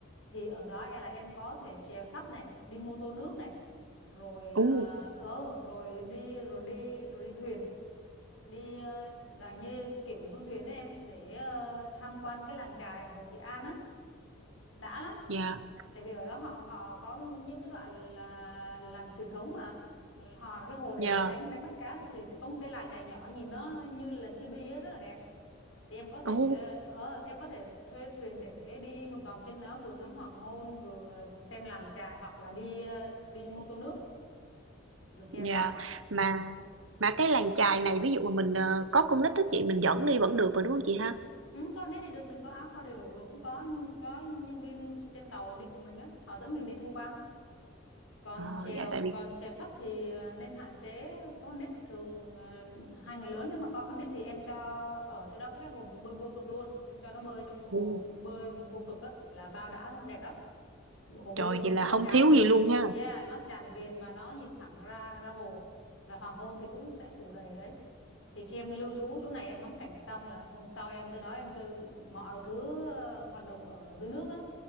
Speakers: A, on the left; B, on the right.
A: thì ở đó em là em có thể chèo sắp này đi mô tô nước này rồi
B: Ồ,
A: ờ ờ, rồi đi rồi đi rồi đi thuyền đi ờ, dạng như kiểu du thuyền ấy em để ờ, tham quan cái làng chài ở Hồ Trị An á đã lắm
B: dạ,
A: tại vì ở đó họ họ có những cái đoạn là làm truyền thống mà họ là cái hồ để
B: dạ,
A: đánh đánh bắt cá được thì sẽ có một cái làng chài nhỏ nhìn nó như là chibi á rất là đẹp thì em có thể
B: ồ,
A: ờ, em có thể thuê thuyền để đi một vòng trên đó vừa ngắm hoàng hôn vừa xem làng chài hoặc là đi ờ, đi mô tô nước rồi chèo
B: dạ.
A: sắp
B: Mà mà cái làng chài này ví dụ mà mình ờ, có con nít á chị mình dẫn đi vẫn được mà đúng không chị ha?
A: ừ, con hết đi được mình có áo phao đầy đủ rồi cũng có có nhân viên trên tàu đi cùng mình á họ dẫn mình đi tham quan còn
B: Ờ,
A: chèo
B: dạ tại vì
A: còn chèo sắp thì ờ, nên hạn chế có con nít thường ờ, hai người lớn nếu mà có con nít thì em cho ở chỗ đó có cái hồ bơi vô cực luôn em cho nó bơi trong hồ
B: ồ,
A: bơi vô cực á là bao đã luôn đẹp lắm hồ bơi
B: trời
A: vô cực
B: vậy là
A: mà
B: không
A: tràn
B: thiếu
A: vền
B: gì luôn ha.
A: yeah nó tràn vền và nó nhìn thẳng ra ra hồ và hoàng hôn thì cũng sẽ phủ đầy ở đấy thì khi em lưu trú chỗ này em ngắm cảnh xong là hôm sau em tới đó em chơi mọi thứ ờ, hoạt động ở dưới nước á